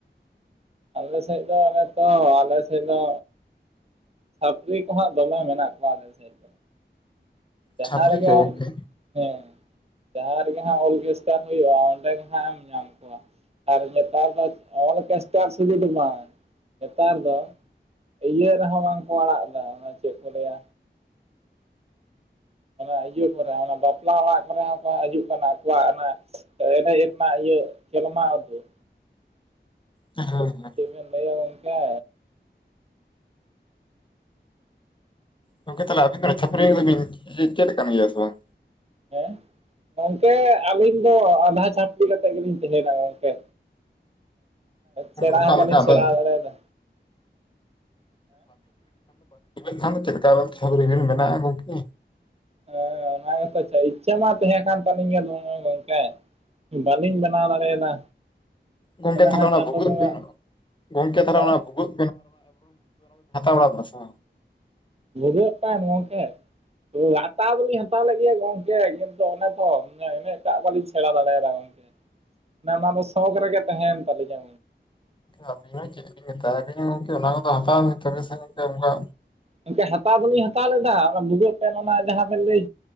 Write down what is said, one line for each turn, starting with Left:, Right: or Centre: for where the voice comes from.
Right: ᱟᱞᱮᱥᱮᱫ ᱫᱚ ᱚᱱᱮ ᱛᱚ ᱟᱞᱮ ᱥᱮᱫ ᱫᱚ ᱪᱟᱹᱯᱨᱤ ᱠᱚᱦᱟᱜ ᱫᱚᱢᱮ ᱢᱮᱱᱟᱜ ᱠᱚᱣᱟ ᱟᱞᱮ ᱥᱮᱫ ᱫᱚ᱾ ᱡᱟᱦᱟᱸ
Left: ᱪᱷᱟᱯᱨᱤ
Right: ᱨᱮᱜᱮ
Left: ᱠᱚ
Right: ᱦᱚᱲ
Left: ᱜᱚᱝᱠᱮ?
Right: ᱦᱮᱸ ᱡᱟᱦᱟᱸ ᱨᱮᱜᱮ ᱦᱟᱸᱜ ᱚᱞᱜᱮᱥᱴᱟᱨ ᱦᱩᱭᱩᱜᱼᱟ ᱚᱸᱰᱮ ᱜᱮ ᱦᱟᱸᱜ ᱮᱢ ᱧᱟᱢ ᱠᱚᱣᱟ᱾ ᱟᱨ ᱱᱮᱛᱟᱨ ᱫᱚ ᱚᱞᱠᱮᱥᱴᱟᱨ ᱥᱩᱫᱷᱩ ᱫᱚ ᱵᱟᱝ ᱱᱮᱛᱟᱨ ᱫᱚ ᱤᱭᱟᱹ ᱨᱮᱦᱚᱸ ᱵᱟᱝᱠᱚ ᱟᱲᱟᱜ ᱮᱫᱟ ᱚᱱᱟ ᱪᱮᱫ ᱠᱚ ᱞᱟᱹᱭᱟ ᱚᱱᱟ ᱤᱭᱟᱹ ᱠᱚᱨᱮ ᱚᱱᱟ ᱵᱟᱯᱞᱟ ᱚᱲᱟᱜ ᱠᱚᱨᱮ ᱦᱚᱸᱠᱚ ᱦᱤᱡᱩᱜ ᱠᱟᱱᱟ ᱟᱠᱚᱣᱟᱜ ᱚᱱᱟ ᱮᱱᱮᱡ ᱨᱮᱱᱟᱜ ᱤᱭᱟᱹ ᱠᱮᱞᱢᱟ ᱩᱫᱩᱜ᱾
Left: ᱦᱮᱸ ᱦᱮᱸ
Right: ᱪᱮᱫ ᱵᱮᱱ ᱞᱟᱹᱭᱟ ᱜᱚᱝᱠᱮ
Left: ᱜᱚᱝᱠᱮ ᱛᱟᱦᱚᱞᱮ ᱟᱵᱤᱱ ᱫᱚ ᱪᱷᱟᱹᱯᱟᱹᱨᱤ ᱮᱱᱮᱡ ᱵᱤᱱ ᱪᱮᱫ ᱠᱟᱱ ᱜᱮᱭᱟ ᱥᱮ ᱵᱟᱝ?
Right: ᱦᱮᱸ ᱜᱚᱝᱠᱮ ᱟᱹᱞᱤᱧ ᱫᱚ ᱟᱸᱫᱷᱟ ᱪᱷᱟᱹᱯᱲᱤ ᱠᱟᱛᱮᱫ ᱜᱮᱞᱤᱧ ᱛᱟᱸᱦᱮᱱᱟ ᱜᱚᱩᱠᱮ᱾ ᱥᱮᱬᱟ
Left: ᱚᱠᱟ
Right: ᱦᱚᱸ ᱵᱟᱹᱞᱤᱧ
Left: ᱞᱮᱠᱟ ᱟᱫᱚ
Right: ᱥᱮᱲᱟ ᱵᱟᱲᱟᱭ ᱮᱫᱟ
Left: <inaudible> ᱪᱮᱫᱠᱟ ᱫᱚ ᱪᱷᱟᱹᱯᱟᱹᱨᱤ ᱵᱤᱱ ᱵᱮᱱᱟᱜᱼᱟ ᱜᱚᱢᱠᱮ᱾
Right: ᱦᱮᱸ ᱚᱱᱟ ᱜᱮᱛᱚ ᱟᱪᱷᱟ ᱤᱪᱪᱷᱟᱹ ᱢᱟ ᱛᱟᱦᱮᱸ ᱠᱟᱱ ᱛᱟᱹᱟᱞᱤᱧ ᱜᱮᱭᱟ ᱫᱚᱢᱮ ᱜᱚᱢᱠᱮ᱾ ᱵᱟᱹᱞᱤᱧ ᱵᱮᱱᱟᱣ ᱫᱟᱲᱮᱭᱟᱫᱟ᱾
Left: ᱜᱚᱝᱠᱮ
Right: ᱢᱚᱱᱮ
Left: ᱛᱟᱦᱚᱞᱮ
Right: ᱦᱚᱭ
Left: ᱚᱱᱟ
Right: ᱪᱟᱸᱫᱳ
Left: ᱵᱷᱩᱜᱩᱜᱤᱱ
Right: ᱵᱚᱸᱜᱟ
Left: ᱜᱚᱝᱠᱮ ᱛᱟᱦᱚᱞᱮ
Right: ᱦᱮᱸ
Left: ᱵᱷᱩᱜ᱾ <unintelligible>
Right: ᱵᱷᱩᱡᱟᱹᱜ ᱠᱟᱱ ᱜᱚᱝᱠᱮ ᱦᱟᱛᱟᱣ ᱫᱚᱞᱤᱧ ᱦᱟᱛᱟᱣ ᱞᱮᱫ ᱜᱮᱭᱟ ᱜᱚᱝᱠᱮ ᱠᱤᱱᱛᱩ ᱚᱱᱮ ᱛᱚ ᱮᱱᱴᱟᱜ ᱵᱟᱞᱤᱧ ᱥᱮᱬᱟ ᱫᱟᱲᱮᱭᱟᱫᱟ ᱜᱚᱝᱠᱮ ᱮ ᱚᱱᱟ ᱫᱚ ᱥᱚᱠ ᱨᱮᱜᱮ ᱛᱟᱦᱮᱱ ᱮᱶ ᱛᱟᱹᱞᱤᱧᱟ᱾
Left: ᱟᱵᱤᱱ ᱦᱚᱸ ᱪᱮᱫ ᱤᱧ ᱢᱮᱛᱟᱶᱟᱵᱤᱱᱟ ᱜᱚᱝᱠᱮ ᱚᱱᱟ ᱠᱚᱫᱚ ᱦᱟᱛᱟᱣ ᱛᱚᱵᱮ ᱥᱮ ᱚᱱᱠᱟᱼᱼ
Right: ᱜᱚᱱᱠᱮ ᱦᱟᱛᱟᱣ ᱵᱟᱹᱞᱤᱧ ᱦᱟᱛᱟᱣ ᱞᱮᱫᱟ ᱚᱱᱟ ᱵᱷᱩᱜᱟᱹᱜ <unintelligible> ᱚᱱᱟ ᱡᱟᱦᱟᱸ ᱵᱮᱱ ᱞᱟᱹᱭ